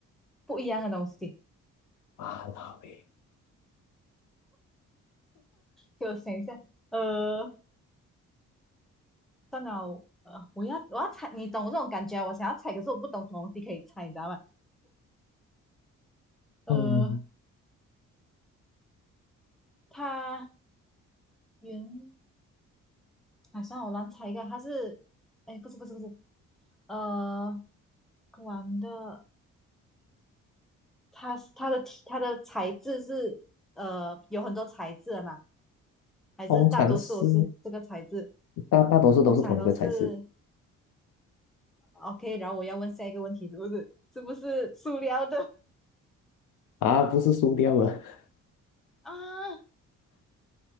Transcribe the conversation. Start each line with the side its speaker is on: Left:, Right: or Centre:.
Centre: 不一样的东西，
Left: 啊，老诶，
Centre: 给我想一下。呃，算了，呃，我要呃我要猜，你懂我这种感觉啊我想要猜，可是我不懂什么东西可以猜，你知道吗？呃，
Left: 嗯，
Centre: 它原啊，算了，我乱猜一个，它是，哎，不是不是不是，呃，玩的。它它的它的材质是呃有很多材质的嘛，还是大多数是这个材质？
Left: 通常是大大多数都是同一个材质
Centre: 通常都是 OK。然后我要问下一个问题，是不是是不是塑料的
Left: 啊，不是塑料啊。<laughs>
Centre: 啊？